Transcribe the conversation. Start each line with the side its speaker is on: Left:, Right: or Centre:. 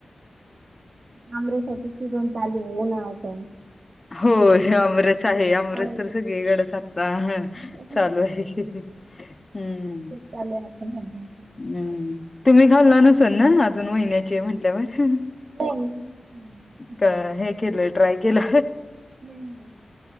Right: तमरेसाठी शिडून चालू होऊ नाता
Left: हो अमरेस आहे अमरस
Right: आमरस
Left: तर सगळीकडचातता
Right: हो
Left: चालू आहे हम्म
Right: चाले आपण हज
Left: हम्म तुम्ही खाल्ला नसाल ना अजून महिन्याचे म्हंटल्यावर
Right: नाही नाही
Left: का हे केलं ट्राय केलं.
Right: नाही